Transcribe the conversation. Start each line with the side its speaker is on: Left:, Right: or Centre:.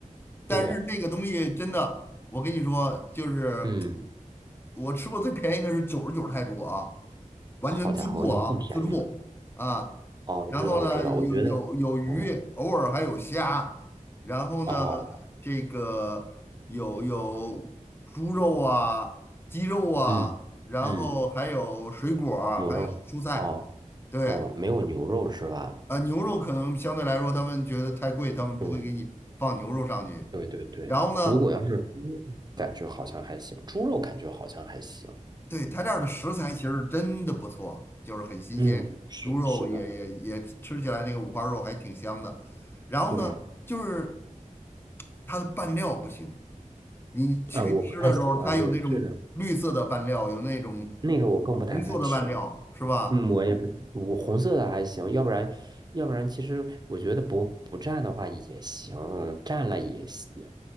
Left: 但是那个东西真的，
Right: 对，
Left: 我跟你说，就是。
Right: 嗯，
Left: 我吃过最便宜的是九十九泰铢啊，完全自助啊，
Right: 好家伙，那更便宜了。
Left: 自助啊。
Right: 哦，我知道，
Left: 然后呢，
Right: 我知道，
Left: 有有有鱼，
Right: 我觉得，嗯，
Left: 偶尔还有虾。然后呢，
Right: 哦，
Left: 这个有有猪肉啊、鸡肉啊，
Right: 嗯嗯，
Left: 然后还有水果儿还有蔬菜。
Right: 牛肉，哦，
Left: 对，
Right: 哦，没有牛肉是吧？
Left: 啊，牛肉可能相对来说他们觉得太贵，他们不会给你放牛肉上去。
Right: 对对对对，
Left: 然后呢？
Right: 如果要是猪肉，感觉好像还行，猪肉感觉好像还行。
Left: 对，他这儿的食材其实真的不错，就是很新鲜，
Right: 嗯，是的，
Left: 猪肉也也也吃起来那个五花肉还挺香的。
Right: 是的，
Left: 然后呢，
Right: 对。
Left: 就是它的拌料不行，你去吃的时候，
Right: 啊，我不太喜欢，
Left: 它有那种绿色的拌料，
Right: 对，是的，
Left: 有那种
Right: 那个我更不太爱吃。
Left: 红色的拌料，是吧？
Right: 嗯，我也不，我红色的还行，要不然，要不然，其实我觉得不不蘸的话也行，蘸了也行，